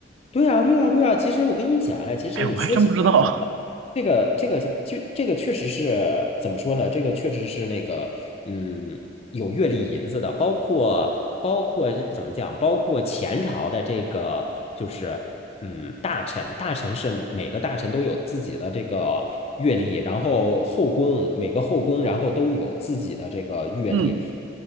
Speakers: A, on the left; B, on the right.
A: 对呀，对呀，对呀。其实我跟你讲，哎，其实你说起这个来了，
B: 哎，我还真不知道。<laughs>
A: 这个这个就这个确实是怎么说呢？这个确实是那个嗯，有月历银子的，包括包括怎么讲？包括前朝的这个就是。嗯，大臣，大臣是每个大臣都有自己的这个阅历，然后后宫每个后宫，然后都有自己的这个阅历。
B: 嗯，